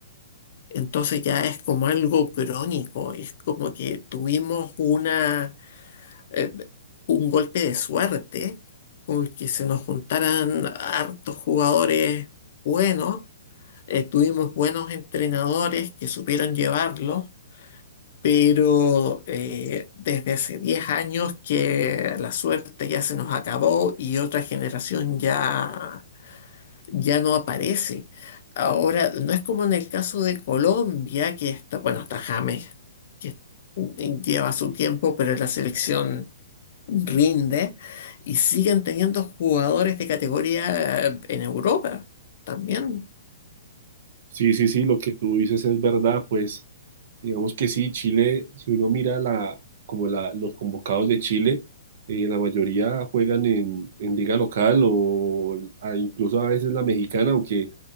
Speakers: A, on the left; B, on the right.
A: Entonces ya es como algo crónico, es como que tuvimos una, eh, un golpe de suerte con que se nos juntaran hartos jugadores buenos eh, tuvimos buenos entrenadores que supieron llevarlo, pero eh, desde hace 10 años que la suerte ya se nos acabó y otra generación ya, ya no aparece. Ahora, no es como en el caso de Colombia, que está, bueno, está James, que lleva su tiempo, pero la selección rinde y siguen teniendo jugadores de categoría eh, en Europa también.
B: Sí, sí, sí, lo que tú dices es verdad, pues digamos que sí, Chile, si uno mira la, como la, los convocados de Chile, eh, la mayoría juegan en, en liga local o a- incluso a veces la mexicana, aunque